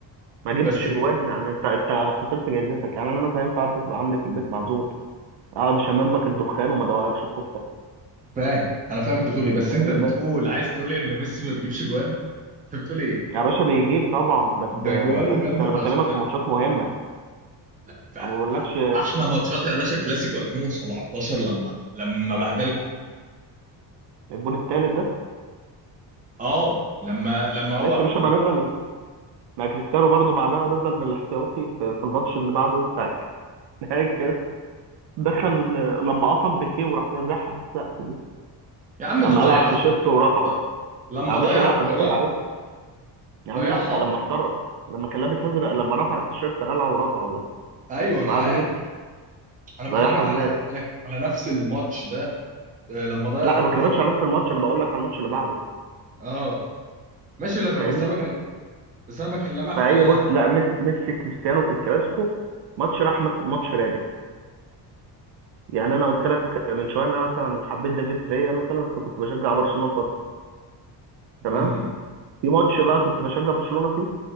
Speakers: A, on the right (about 65°); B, on the right (about 20°).
A: ما جبتش
B: بس
A: اجوان يعني انت انت خسرت جايزتك يعني انا مثلا ينفع انت تبقى عندي في البيت معزوم اقعد اشممك الدخان وما ادوقكش الكفته
B: فاهم انا فاهم انت بتقول ايه بس
A: فاهم
B: انت بتقول
A: بس
B: عايز تقول إيه ان ميسي ما بيجيبش جوان انت بتقول ايه
A: يا باشا بيجيب طبعا بس
B: ده جوانه
A: بس
B: جامده
A: انا بكلمك
B: فشخ ده
A: في ماتشات مهمه
B: لا ف...
A: انا ما بقولكش
B: ف... احلى ماتشات يا باشا كلاسيكو 2017 لما لما بهدلكم
A: الجون التالت ده
B: اه لما لما هو
A: ماشي يا باشا ما نزل ما كريستيانو برضو بعدها نزل بالاحتياطي في في الماتش اللي بعده بتاع <laughs> نهائي دخل لما قطم بيكيه وراح رازعها في السقف دي
B: يا عم
A: لما
B: ده ضيعها
A: قلع التيشيرت ورفعه
B: ده لما
A: يا باشا
B: ضيع
A: لا
B: الكرة
A: ده ايه
B: يا
A: عيب
B: عم
A: يا عم
B: ضيعها
A: لا لما
B: والله
A: اتطرد لما كان لابس ازرق لما رفع التيشيرت قلعه ورفعه ده
B: ايوه انا
A: بعد
B: عارف
A: ميسي
B: انا بكلمك
A: ضيعها ازاي
B: على على على نفس الماتش ده آه، لما ضيع
A: لا أنا
B: الكوره
A: ما بكلمكش على نفس الماتش انا بقول لك على الماتش اللي بعده
B: اه ماشي لما
A: فاهمني
B: بس انا بكلم بس انا بكلمك
A: فهي
B: على
A: بص لا ميسي ميسي كريستيانو في الكلاسيكو ماتش راح مس- ماتش راجع يعني انا قلت لك من شويه ان انا مثلا حبيت دافيد فيا مثلا فكنت بشجع برشلونه فتره تمام
B: امم
A: في ماتش بقى كنت بشجع برشلونه فيه